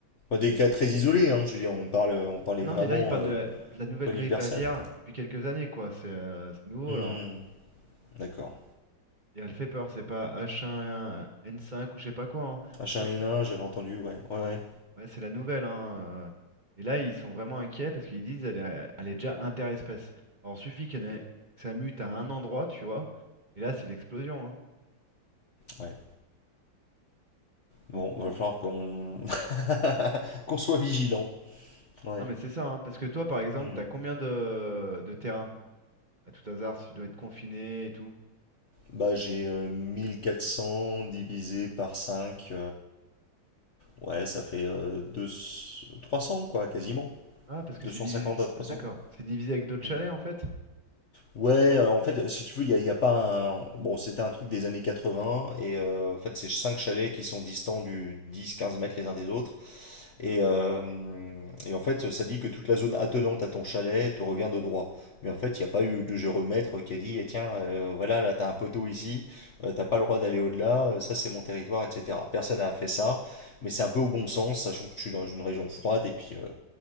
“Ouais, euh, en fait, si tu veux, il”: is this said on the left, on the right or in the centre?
Left